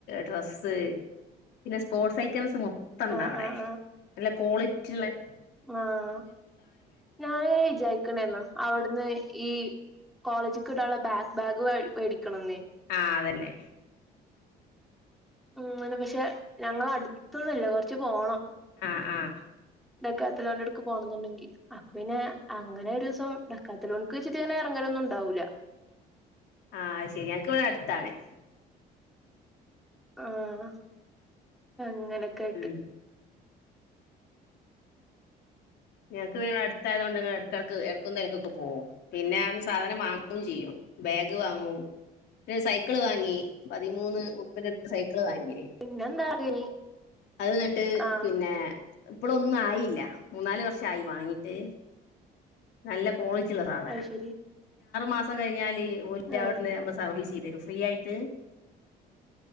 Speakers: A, on the left; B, in the centre.
A: ഡ്രസ് പിന്നെ സ്പോർട്സ് ഐറ്റംസും ഒക്കെ ത്തണ്ട
B: ആഹ്
A: അവിടെ
B: ആഹ്
A: അല്ല കോള റ്റ്ള്ളെ
B: ആഹ ഞാന് വിചാരിക്കണെന്നോ അവിടുന്ന് ഈ കോളേജ്ക്ക് ഇടാൻ ഉള്ള ബാക്ക്ബാഗ് മേടി ക്കണെന്നേ
A: ആ അതന്നെ
B: ഉം അന്ന് പക്ഷെ ഞങ്ങള അടുത്തൊന്നുല്ല കൊറച്ച് പോണം
A: ആഹ ആഹ
B: ഡക്കാത്ത ലോണെടുക്ക് പോണംന്നുണ്ടെങ്കി അപ്പൊ പിന്നെ അങ്ങനെ ഒരു ദിവസം ഡക്കാത്തലോൺക്ക് ചിറ്റങ്ങനെ ഇറങ്ങനൊന്നും ഉണ്ടാവൂല്ല
A: ആഹ് ശരി എനക്ക് ഇവിടെ അടുത്താണേ
B: ആഹ അങ്ങനൊക്കെ ആയിട്ട്
A: ഉം ഞങ്ങക്ക് പിന്നെ അടുത്തായത് കൊണ്ട് ഇടക്ക് ഇടക്കും തിരക്കൊക്കെ പോകവും പിന്നെ ആ സാധനം വാങ്ങുകയും ചെയ്യും ബാഗ് വാങ്ങും പിന്നെ സൈക്കിള് വാങ്ങി പതിമൂന്ന് റൂപ്പൻ്റെ സൈക്കി വാങ്ങിനി
B: പിന്നെന്താ
A: അത്കട്ട്
B: ആഹ്
A: പിന്നെ ഇപ്പോളൊന്നും ആയില്ല മൂന്നാല് വർഷം ആയി വാങ്ങിട്ട് നല്ല കോളിറ്റി ഉള്ള സാധന
B: അത് ശരി
A: മാസം കഴിഞ്ഞാല് ഓര്
B: ആഹ്
A: അവിടുന്ന് ആകുമ്പോ സർവീസ് ചെയ്ത് തരോ ഫ്രീയായിട്ട്